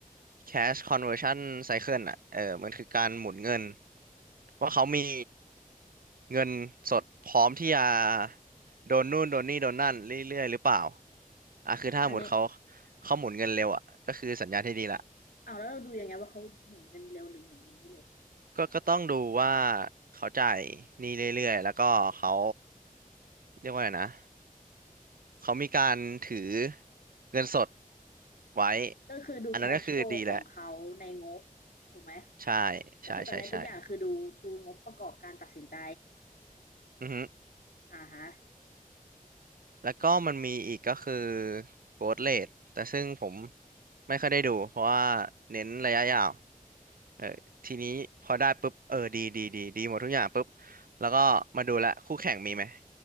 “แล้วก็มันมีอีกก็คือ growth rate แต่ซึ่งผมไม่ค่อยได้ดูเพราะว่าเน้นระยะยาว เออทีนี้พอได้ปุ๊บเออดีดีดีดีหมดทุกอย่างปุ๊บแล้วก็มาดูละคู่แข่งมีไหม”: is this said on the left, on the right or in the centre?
Right